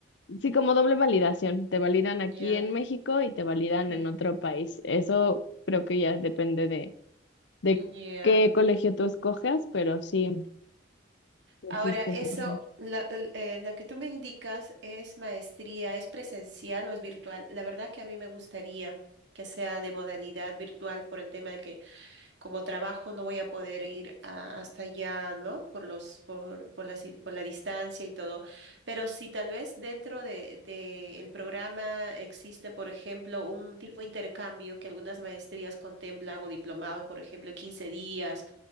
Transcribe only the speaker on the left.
Sí, como doble validación. Te validan aquí
en México y te validan
en otro país. Eso creo que ya depende de, de
qué colegio tú escoges, pero sí
existe
esa, por ejemplo.